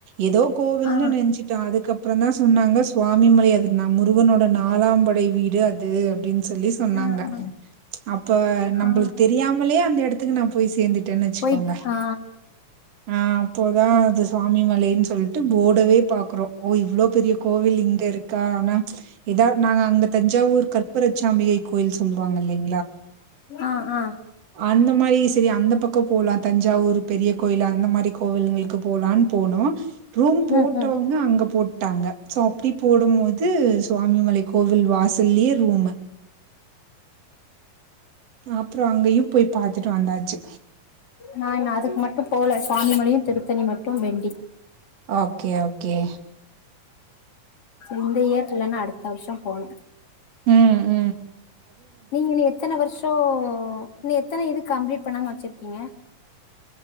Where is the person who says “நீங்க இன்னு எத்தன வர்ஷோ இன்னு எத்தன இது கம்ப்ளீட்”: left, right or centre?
Left